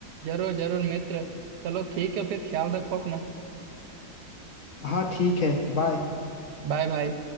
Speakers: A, on the right (about 80°); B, on the left (about 70°).
A: जरूर जरूर मित्र चलो ठीक है फिर ख्याल रखो अपना
B: हाँ ठीक है बाय
A: Bye bye